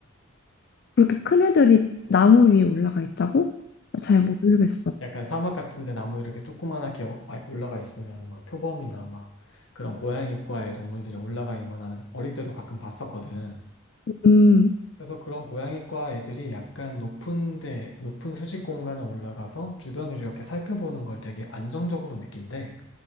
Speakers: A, on the left; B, on the left.
A: 그렇게 큰 애들이 나무 위에 올라가 있다고? 나 잘 모르겠어.
B: 약간 사막 같은데 나무 이렇게 조그만하게 어- 아, 올라가 있으면 막 표범이나 막 그런 고양이과의 동물들이 올라가 있는 거 나는 어릴 때도 가끔 봤었거든.
A: 음.
B: 그래서 그런 고양이과 애들이 약간 높은 데, 높은 수직 공간에 올라가서 주변을 이렇게 살펴보는 걸 되게 안정적으로 느낀대.